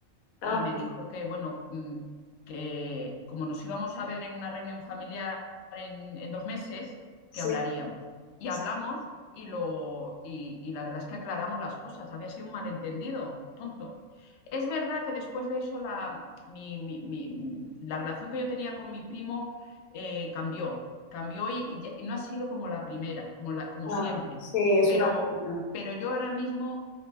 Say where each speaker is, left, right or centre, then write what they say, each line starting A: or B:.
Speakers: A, on the left; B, on the left.
A: Ah,
B: y me
A: pues,
B: dijo que, bueno, mm, que como nos íbamos a ver en una reunión familiar en, en dos meses,
A: sí,
B: que hablaríamos. Y
A: sí,
B: hablamos y, lo, y, y la verdad es que aclaramos las cosas. Había sido un malentendido, tonto. Es verdad que después de eso la, mi- mi- mi- la relación que yo tenía con mi primo eh, cambió, cambió y, y ya- y no ha sido como la primera, como, la, como
A: ah,
B: siempre,
A: sí, es
B: pero,
A: una pena.
B: pero yo ahora mismo